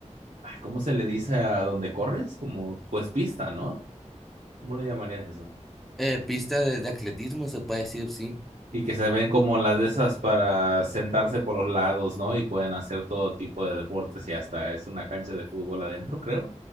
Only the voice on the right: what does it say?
ah, ¿cómo se le dice a donde corres? Como pues pista, ¿no? ¿Cómo le llamarías eso?
Y que se ven como las de esas para sentarse por los lados, ¿no? Y pueden hacer todo tipo de deportes y hasta es una cancha de fútbol adentro, creo.